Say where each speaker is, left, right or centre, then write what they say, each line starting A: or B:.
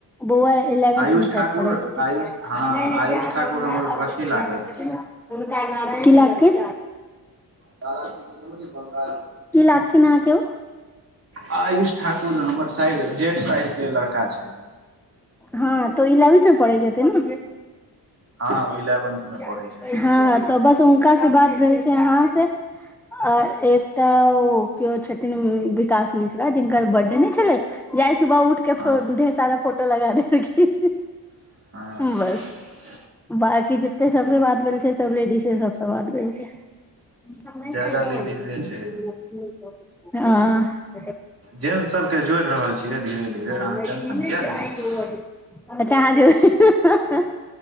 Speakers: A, in the centre; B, on the right (about 35°).
A: बौआ इलेवन्थ
B: आयुष
A: मे शायद
B: ठाकुर
A: पढ़ै छेथिन।
B: आयुष हँ
A: नै नै
B: आयुष
A: जै
B: ठाकुर
A: दहुन
B: हमर
A: मैय बाप
B: अथी
A: के सेवा
B: लागत
A: करै छेथिन हुनका नाम, की लागतै
B: तारापीठ के समझिय बंगाल
A: की लागथिन अहांके ऊ?
B: आयुष ठाकुर हमर साइर जेठ साइरके लड़का छै।
A: हँ तऽ ओ इलेवन्थ मे पढ़ै छेथिन ने।
B: हँ ऊ इलेवेन्थमे
A: हँ
B: पढ़ै छथिन।
A: हँ तऽ बस हुनका से बात भेल छै आ अहाँ से। आ एकटा ओ केओ छथिन विकास मिश्रा जिनकर बर्थडे नहि छलै जे आइ सुबह उठके
B: हँ
A: फो ढेर सारा फोटो लगा देलखिन।
B: हँ
A: बस बाकी जेते सबसे बात भेल छै सब लेडीजे सबस बात भेल छै। हँ
B: ज्यादा लेडीजे छै जेंटस सबके जोड़ि रहल छियै धीरे धीरे।
A: हं
B: अहाँ
A: नै
B: टेंशन
A: ई नै
B: किएक
A: जाइ
B: लै छी
A: ओ अच्छा अहां जो--हं हं